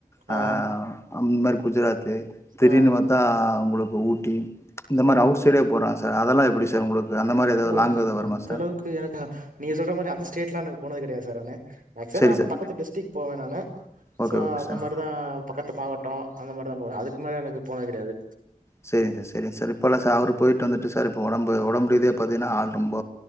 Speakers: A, on the left (about 20°); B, on the right (about 75°).
A: அ
B: ஆ
A: இந்த மாதிரி குஜராத்து திடிர்னு
B: ஆ
A: பாத்தா உங்களுக்கு ஊட்டி இந்த மாதிரி
B: ஆ
A: அவுட் சைடே போறான் ஸ் சார் அதெல்லா எப்டி சார் உங்களுக்கு அந்த மாரி ஏதாவது
B: ஓ
A: லாங் ஏதாவது
B: அந்த
A: வருமா சார்
B: அளவுக்கு எனக்கு நீ சொல்ற மாரி அந்த ஸ்டேட்லா எனக்கு போனது கிடையாது சார்னானு மேக்சிமம்
A: சரி
B: நா
A: சார்
B: பக்கத்து டிஸ்டிக் போவே நா அனே
A: ஓகே
B: சோ
A: ஓகே
B: அந்த
A: சார்
B: மாதிரிதா பக்கத்து மாவட்டோ அந்த மாதிரிதா போ அதுக்கு மேல எனக்கு போனது கடையாது
A: செரிங்க சார செரிங்க சார் இப்பல்லா சார் அவரு போயிட்டு வந்துட்டு சார் இப்ப ஒடம்பு ஒடம்ரீதியா பாத்தீங்கன்னா ஆள் ரொம்ப